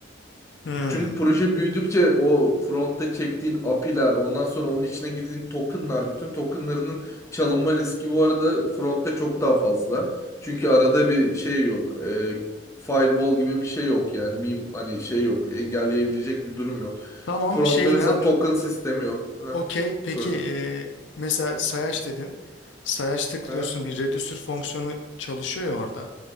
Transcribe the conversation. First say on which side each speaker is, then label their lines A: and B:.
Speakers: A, on the left; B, on the left.
A: Hmm.
B: Çünkü proje büyüdükçe o frontta çektiğin API'ler, ondan sonra onun içine girdiğin tokenlar, bütün tokenlarının çalınma riski bu arada frontta çok daha fazla. Çünkü arada bir şey yok. e, firewall gibi bir şey yok yani. Mim, hani şey yok. Engelleyebilecek bir durum yok.
A: Tamam
B: Frontta
A: şey
B: mesela
A: nerede?
B: token sistemi yok. Ha?
A: Okey. Peki
B: Söyle.
A: e, mesela sayaç dedin. Sayaç tıklıyorsun
B: Ha?
A: bir reducer fonksiyonu çalışıyor ya orada.